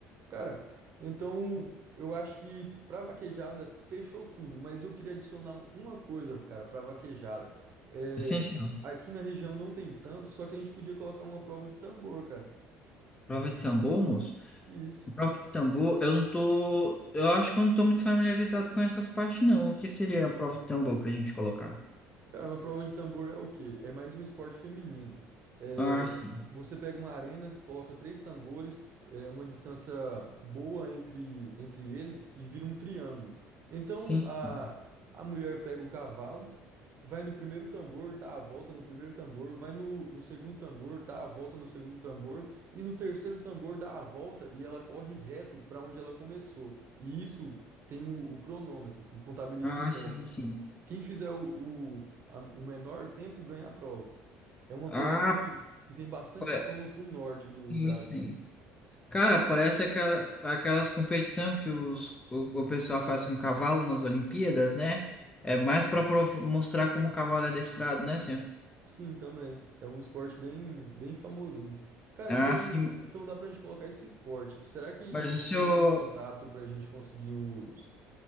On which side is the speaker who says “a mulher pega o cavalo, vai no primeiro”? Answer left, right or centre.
Right